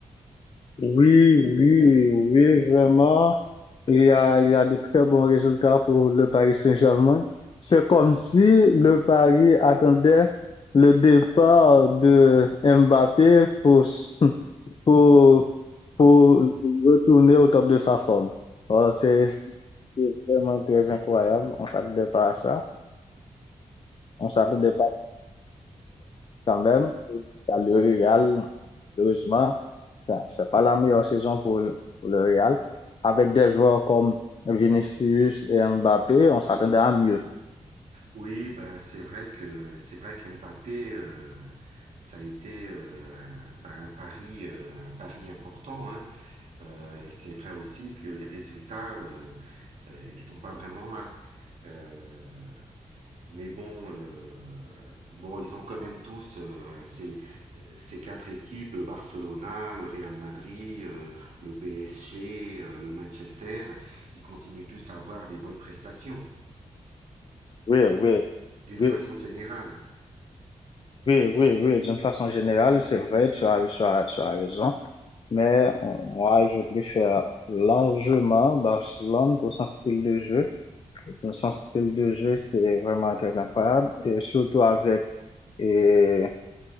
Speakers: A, on the left (about 45°); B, on the right (about 80°).
A: Oui, oui, oui, vraiment. Il y a, il y a de très bons résultats pour le Paris Saint-Germain. C'est comme si le Paris attendait le départ de Mbappé pour, pour pour retourner au top de sa forme. Euh, c'est c'est vraiment très incroyable. On s'attendait pas à ça. On s'attendait pas quand même. à Le Real, malheureusement, ça, c'est pas la meilleure saison pour, le- pour le Real. Avec des joueurs comme Vinicius et Mbappé, on s'attendait à mieux.
B: Oui, ben c'est vrai que c'est vrai qu'Mbappé, euh, ça a été euh, un- ben, un pari, euh, un pari important, hein. Euh, c'est vrai aussi que les résultats, euh, euh, ils sont pas vraiment là. Euh, mais bon, euh, bon, ils ont quand même tous euh, ces, euh, ces quatre équipes, le Barcelona, le Real Madrid, euh, le PSG, euh, le Manchester, ils continuent tous à avoir des bonnes prestations,
A: Oui, oui,
B: d'une
A: oui,
B: façon générale.
A: oui, oui, oui. D'une façon générale, c'est vrai, tu as, tu as, tu as raison. Mais on- moi, je préfère largement Barcelone pour son style de jeu. Donc, son style de jeu, c'est vraiment très incroyable. Et surtout avec et,